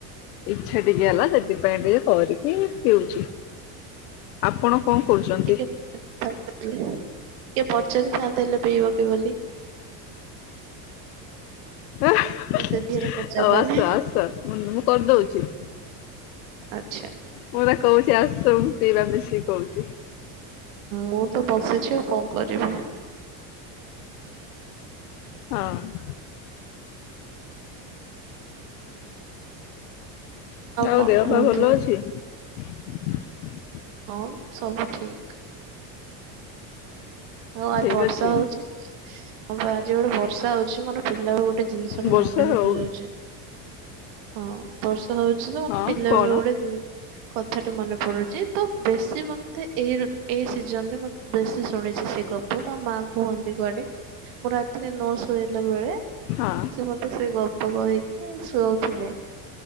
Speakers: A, on the left; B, on the right.
A: ଇଚ୍ଛା ଟିକେ ହେଲା ସେଥିପାଇଁ ଟିକେ କରିକି ପିଉଛି। ଆପଣ କଣ କରୁଛନ୍ତି?
B: ଟିକେ ଟିକେ ପଚାରିଥାନ୍ତେ ହେଲେ। ପିଇବ କି ବୋଲି
A: ଆଉ
B: ନା ସେଥିରେ ପଚାରିଲାନି
A: ଆସ ଆସ ମୁ ମୁଁ କରିଦଉଛି।
B: ଆଚ୍ଛା
A: ମୁଁ ତା କହୁଛି ଆସ ମୁ ପିଇବା ମିଶିକି କହୁଛି।
B: ମୁଁ ତ ବସିଛ। କଣ କରିବି?
A: <inaudible> ଆଉ
B: କଣ
A: ଦେହ
B: କୁହନ୍ତୁ
A: ବା ଭଲ ଅଛି। <inaudible>
B: ହଁ ସବୁ ଠିକ। ହଉ ଆଜି
A: ଠିକ
B: ବର୍ଷା
A: ଅଛି
B: ହଉଛି ଆ ଆଜି ଗୋଟେ। ସଉର ମୋର ପିଲା ବି ଗୋଟେ ଜିନିଷ ଟା
A: ବର୍ଷା
B: ମନେ
A: ହଉ
B: ପଡି ଯାଉଛି ହଁ ବର୍ଷା ହଉଛି ତ ମୋତେ
A: ହଁ
B: ପିଲା
A: କଣ?
B: ବି ଗୋଟେ କଥାଟ ମନେ ପଡୁଛି। ସେ ତ ବେଶୀ ମତେ ଏଇ ଏଇ ସିଜନରେେ ବେଶୀ ସେ ସେ ଗପ୍ ଗ ମାୋ ମା କୁହନ୍ତି କଣ ମୁଁ ରାତିରେ ନ ଶୋଇଲା ବେଳେ
A: ହଁ
B: ସେ ମତେ ସେ ଗପ କହିକି? ଶଉଥିଲେ।